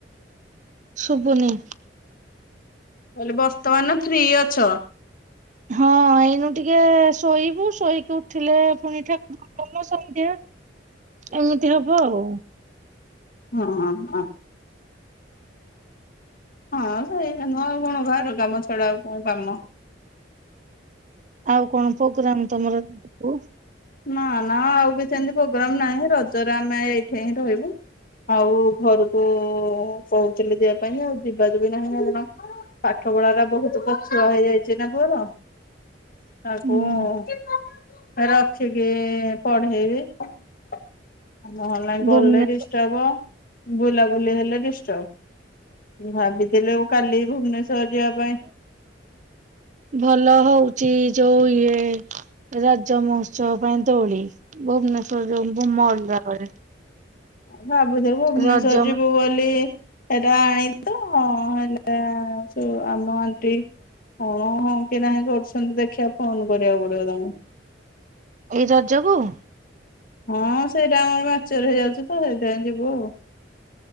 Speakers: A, on the right (about 40°); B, on the left (about 50°).
A: ଶବୁନି।
B: ମୁକହିଲି ବର୍ତ୍ତମାନ ଫ୍ରି ଅଛ?
A: ହଁ ଏଇନୁ ଟିକେ ଶୋଇବୁ ଶୋଇକି ଉଠିଲେ ପୁଣି ଠା <unintelligible> ସନ୍ଧ୍ୟା ଏମିତି ହବ ଆଉ।
B: ହଁ ଆ। ହଁ ସେଇାରା ନୁହ ଆଉ କଣ ଘର କାମ ଛଡା ଆଉ କଣ କାମ।
A: ଆଉ କଣ ପ୍ରୋଗ୍ରାମ ତମର <unintelligible>
B: ନା ନା ଆଉବି ସେମିତି ପ୍ରୋଗ୍ରାମ ନାହିଁ ରଜରେ ଆମେ ଏଇଠିହିଁ ରହିବୁ। ଆଉ ଘରକୁ କହୁଥିଲେଯେ ଯିବା ପାଇଁଯେ ଆଉ ଯିବାଯୁବି ନାହିଁ କାରଣ ପାଠ ପଢାଅରା ବହୁତ୍ ପଛୁଆ ହେଇଯାଇଚିନା ପୁଅର ତାକୁ
A: ହୁଁ
B: ର ଦେଖିକି ପଢେଇବି ଆଉ ନହେଲେ ଲାଇ
A: ଭୁବନେଶ୍ୱର
B: ଗଲେ ଡିଷ୍ ଚାବୋ ବୁଲାବୁଲି ହେଲେ ଡିଷ୍ଟବ ଭାବିଥିଲେ କାଲି ଭୁବନେଶ୍ଵର ଯିବା ପାଇଁ
A: ଭଲ ହଉଚି ଯୋଉ ଇଏ ରଜ ମହୋତ୍ସବ ପାଇଁ ଦୋଳି ଭୁବନେଶ୍୍ୱର ଯୋଉ ମଲ୍ ଆଗରେ
B: ଆଭାବୁଥିଲୁ ଭୁବନେଶ୍ଵର
A: ରଜ
B: ଯିବୁ ବୋଲି ସେଟା ଆଣିଲିତ ହେଲେ ସେଆମ ଆଣ୍ଟି ହଁ ହଁ କି ନାହିଁ କରୁଛନ୍ତି ଦେଖିବା ଫୋନ୍ କରିବାକୁ ପଡ଼ିବ ତାଙ୍କୁ।
A: ଏଇ ରଜକୁୁ?
B: ହଁ ସେଇଟା ଆମର ମାଚରେ ହେଇଯାଉଚିତ ସେଇଥିପାଇଁ ଯିବୁ ଆଉ।